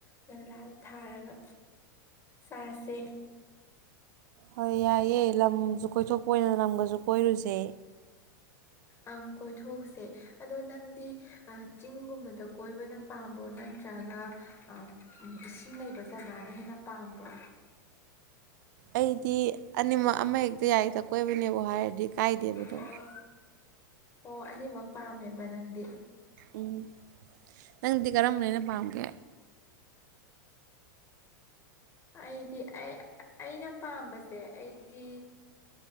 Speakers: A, on the left; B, on the right.
A: ꯅꯂꯥꯗ ꯊꯥꯔꯒ ꯆꯥꯁꯦ
B: ꯍꯣꯏ ꯌꯥꯏꯌꯦ ꯂꯝꯖꯨ ꯀꯣꯏꯊꯣꯛꯄ ꯑꯣꯏꯅ ꯂꯝꯒꯖꯨ ꯀꯣꯏꯔꯨꯖꯦ ꯇꯦ
A: ꯑꯪ ꯀꯣꯏꯊꫭꯛꯎꯁꯦ ꯑꯗꯣ ꯅꯪꯗꯤ ꯑ ꯆꯤꯡꯒꯨꯝꯕꯗ ꯀꯣꯏꯕꯅ ꯄꯥꯝꯕ꯭ꯔꯣ ꯅꯠꯇ꯭ꯔꯒ ꯑ ꯏꯁꯤꯡ ꯂꯩꯕ ꯖꯒꯥꯅ ꯍꯦꯟꯅ ꯄꯥꯝꯕ꯭ꯔꯣ
B: ꯑꯩꯗꯤ ꯑꯅꯤꯃꯛ ꯑꯃꯍꯦꯛꯇ ꯌꯥꯏꯔꯦꯗ ꯀꯣꯏꯕꯅꯦꯕ ꯍꯥꯏꯔꯗꯤ ꯀꯥꯏꯗꯦꯕꯗꯣ
A: ꯑꯣ ꯑꯣ ꯑꯅꯤꯃꯛ ꯄꯥꯝꯃꯦꯕ ꯅꯪꯗꯤ
B: ꯎꯝ ꯅꯪꯗꯤ ꯀꯔꯝꯕꯅ ꯍꯦꯟꯅ ꯄꯥꯝꯒꯦ
A: ꯑꯩꯗꯤ ꯑꯩ ꯑꯩꯅ ꯄꯥꯝꯕꯁꯦ ꯑꯩꯗꯤ